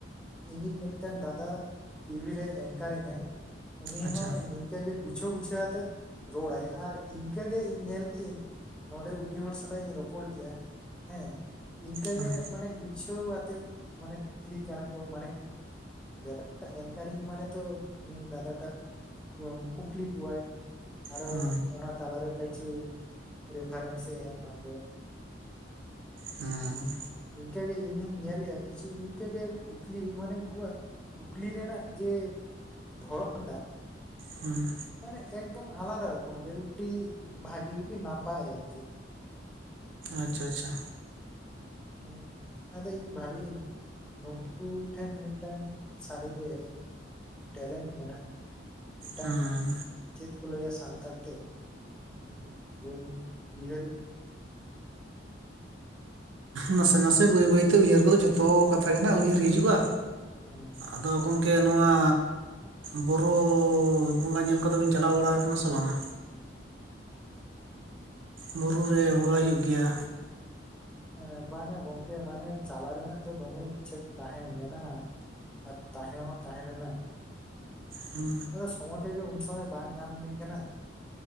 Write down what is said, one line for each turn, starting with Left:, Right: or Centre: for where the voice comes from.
Centre: ᱤᱧᱤᱜ ᱢᱤᱫ ᱴᱟᱝ ᱫᱟᱫᱟ ᱴᱤᱵᱷᱤ ᱨᱮ ᱮᱝᱠᱟᱨᱤᱝ ᱟᱭ᱾ ᱩᱱᱤ
Right: ᱟᱪᱪᱷᱟ
Centre: ᱦᱚᱸ ᱱᱤᱝᱠᱟᱹ ᱜᱮ ᱜᱩᱪᱷᱟᱹ ᱜᱩᱪᱷᱟᱹᱣ ᱟᱛᱮᱫᱼᱼ ᱨᱚᱲ ᱟᱭ ᱟᱨ ᱤᱱᱠᱟᱹ ᱜᱮ ᱤᱧ ᱧᱮᱞ ᱠᱮᱜ ᱤᱧ ᱱᱚᱸᱰᱮ ᱩᱰᱤ ᱦᱚᱲ ᱥᱟᱞᱟᱜ ᱤᱧ ᱨᱚᱯᱚᱲ ᱠᱮᱜᱼᱟ᱾ ᱦᱮᱸ ᱤᱱᱠᱟᱹ
Right: ᱦᱮᱸ
Centre: ᱜᱮ ᱢᱟᱱᱮ ᱜᱩᱪᱷᱟᱹᱣ ᱟᱛᱮᱫ ᱢᱟᱱᱮ ᱠᱩᱠᱞᱤ ᱠᱟᱱᱟ ᱠᱚ ᱢᱟᱱᱮᱼᱼ ᱵᱮᱯᱟᱨ ᱴᱟᱜ ᱮᱝᱠᱟᱨᱤᱝ ᱢᱟᱱᱮ ᱛᱚ ᱩᱱᱤ ᱫᱟᱫᱟ ᱴᱟᱜ ᱠᱩᱠᱞᱤ ᱠᱚᱣᱟᱭ᱾ ᱟᱨᱚ
Right: ᱦᱮᱸ
Centre: ᱚᱱᱟ ᱛᱟᱞᱟ ᱨᱮ ᱠᱟᱭᱪᱷᱩ ᱨᱮᱯᱷᱟ ᱨᱮᱱᱥᱮ ᱮᱢᱟ ᱠᱚᱣᱟ᱾
Right: ᱦᱩᱸ
Centre: ᱤᱱᱠᱟᱹ ᱜᱮ ᱤᱧ ᱦᱚᱧ ᱧᱮᱞ ᱮᱜᱼᱟ ᱠᱤᱪᱷᱩ ᱤᱱᱠᱟᱹ ᱜᱮ ᱠᱩᱠᱞᱤ ᱢᱟᱱᱮ ᱩᱱᱠᱩ ᱟᱜᱼᱼ ᱠᱩᱠᱞᱤ ᱨᱮᱱᱟᱜ ᱡᱮ ᱫᱷᱚᱨᱚᱱ ᱴᱟᱜᱼᱼ
Right: ᱦᱩᱸ
Centre: ᱢᱟᱱᱮ ᱮᱠ ᱫᱚᱢ ᱟᱞᱟᱫᱟ ᱨᱚᱠᱚᱢ ᱜᱮ ᱩᱰᱰᱤ ᱵᱷᱟᱜᱤ ᱩᱰᱰᱤ ᱱᱟᱯᱟᱭ ᱟᱨᱠᱤ᱾
Right: ᱟᱪᱪᱷᱟ ᱟᱪᱪᱷᱟ᱾
Centre: ᱦᱩᱸ ᱟᱫᱚ ᱤᱧ ᱵᱷᱟᱵᱤ ᱟᱹᱧᱼᱼ ᱱᱩᱠᱩ ᱴᱷᱮᱱ ᱢᱤᱫᱴᱟᱱ ᱥᱟᱹᱨᱤ ᱜᱮ ᱴᱮᱞᱮᱱᱴ ᱢᱮᱱᱟᱜᱼᱟ᱾ ᱢᱤᱫᱴᱟᱝᱼᱼ
Right: ᱦᱮᱸ
Centre: ᱪᱮᱫ ᱠᱚ ᱞᱟᱹᱭᱟ ᱥᱟᱱᱛᱟᱲ ᱛᱮ ᱤᱧ ᱵᱟᱹᱧ ᱩᱭᱦᱟᱹᱨ ᱮᱜᱼᱟ,
Right: ᱱᱟᱥᱮ ᱱᱟᱥᱮ ᱵᱟᱹᱭ ᱵᱟᱹᱭ ᱛᱮ ᱩᱭᱦᱟᱹᱨ ᱠᱚᱫᱚ ᱡᱷᱚᱛᱚ ᱠᱟᱛᱷᱟ ᱜᱮ ᱦᱟᱸᱜ ᱩᱭᱦᱟᱹᱨ ᱦᱤᱡᱩᱜᱼᱟ᱾
Centre: ᱦᱩᱸ
Right: ᱟᱫᱚ ᱜᱚᱢᱠᱮ ᱱᱚᱣᱟ ᱵᱳᱨᱳ ᱵᱚᱸᱜᱟ ᱧᱮᱞ ᱠᱚᱫᱚ ᱵᱤᱱ ᱪᱟᱞᱟᱣ ᱵᱟᱲᱟ ᱟᱠᱟᱱᱟ ᱥᱮ ᱵᱟᱝᱟ? ᱵᱳᱨᱳ ᱨᱮ ᱵᱚᱸᱜᱟ ᱦᱩᱭᱩᱜ ᱜᱮᱭᱟ᱾
Centre: ᱮᱸ ᱵᱟᱝᱟ ᱜᱚᱝᱠᱮ ᱢᱟᱱᱮ ᱪᱟᱞᱟᱣ ᱨᱮᱱᱟᱜ ᱫᱚ ᱫᱚᱢᱮ ᱤᱪᱪᱷᱟᱹ ᱛᱟᱦᱮᱸ ᱢᱮᱱᱟᱜᱼᱟ᱾ ᱟᱨ ᱛᱟᱦᱮᱸ ᱦᱚᱸ ᱛᱟᱦᱮᱸ ᱨᱮᱱᱟᱜᱼᱼ
Right: ᱦᱮᱸ
Centre: ᱟᱫᱚ ᱥᱚᱢᱚᱭ ᱴᱟᱜ ᱜᱮ ᱩᱱ ᱥᱚᱢᱚᱭ ᱵᱟᱝ ᱧᱟᱢ ᱦᱩᱭ ᱠᱟᱱᱟ᱾